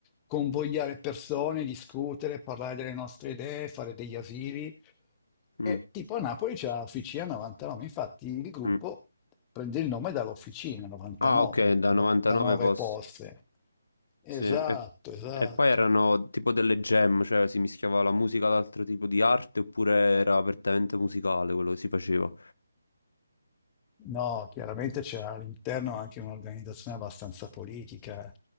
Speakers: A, on the left (about 20°); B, on the left (about 65°).
A: convogliare persone, discutere, parlare delle nostre idee, fare degli asili.
B: Mm,
A: E tipo a Napoli c'è l'Officina 99, infatti il gruppo
B: mm.
A: prende il nome dall'Officina 99,
B: Ah, ok, da
A: i
B: 99
A: 99
B: posso.
A: poste. Esatto,
B: Sì, e,
A: esatto.
B: e poi erano tipo delle jam, cioè si mischiava la musica ad altro tipo di arte oppure era apertamente musicale quello che si faceva.
A: No, chiaramente c'era all'interno anche un'organizzazione abbastanza politica.